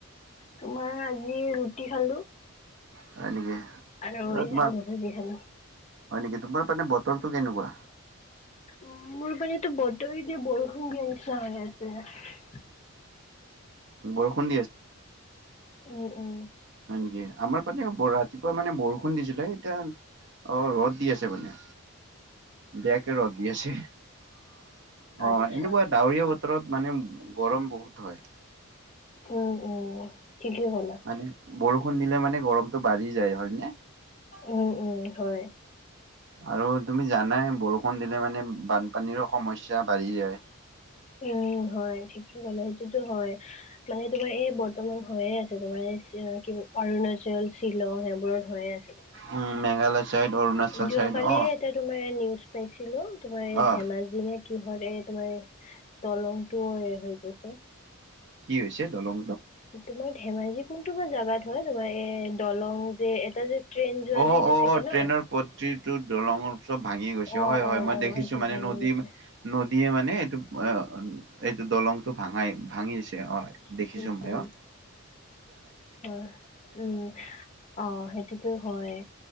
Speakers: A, on the left (about 30°); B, on the right (about 55°).
A: তোমাৰ আজি ৰুটি খালো।
B: হয় নেকি।
A: আৰু
B: অ
A: এই
B: তোমাৰ
A: আলু ভাজি খালোঁ।
B: হয় নেকি, তোমাৰ পিনে বতৰটো কেনেকুৱা?
A: উ মোৰ পিনেতো বতৰ এতিয়া বৰষুণ দিয়া নিচিনা হৈ আছে।
B: বৰষুণ দি আছে
A: উম উম।
B: হয় নেকি, আমাৰ পিনেও ব ৰাতিপুৱা মানে বৰষুণ দিছিলে এতিয়া অ', ৰ'দ দি আছে মানে, বেয়াকে ৰ'দ দি আছে। অ',
A: আচ্ছা
B: এনেকুৱা ডাৱৰীয়া বতৰত মানে গৰম বহুত হয়।
A: উম উম, ঠিকেই ক'লা।
B: মানে বৰষুণ দিলে মানে গৰমটো বাঢ়ি যায়, হয় নে?
A: উম উম, হয়।
B: আৰু তুমি জানাই বৰষুণ দিলে মানে বানপানীৰো সমস্যা বাঢ়ি যায়।
A: উম হয় ঠিকেই ক'লো, সেইটোতো হয়, মানে তোমাৰ এই বৰ্তমান হইয়ে আছে তোমাৰ কি অৰুণাচল, শ্বিলং সেইবোৰত হৈয়ে আছে। তোমাৰ
B: উম মেঘালয় চাইড অৰুণাচল
A: যোৱাকালিয়ে
B: চাইড অ,
A: এটা তোমাৰ নিউজ পাইছিলো তোমাৰ
B: অ,
A: ধেমাজি নে কি হত তোমাৰ দলংটো হৈ গৈছে
B: কি হৈছে দলং?
A: তোমাৰ ধেমাজি কোনটো বা জাগাত হয়, তোমাৰ এই দলং যে এটা যে ট্ৰেইন যোৱা
B: অ',
A: যে এইটো
B: অ',
A: থাকে ন
B: ট্ৰেইনৰ পট্টিটো দলংৰ চব ভাঙি গৈছে,
A: অ
B: হয় হয়
A: অ
B: মই
A: অ
B: দেখিছো
A: এইটো
B: মানে
A: ভাঙি
B: নদী
A: গৈছে
B: নদীয়ে মানে এইটো এইটো দলংটো ভাঙাই ভাঙিছে হয়। দেখিছো
A: উম
B: ময়ো।
A: হয়, উম, অ', সেইটোতো হয়,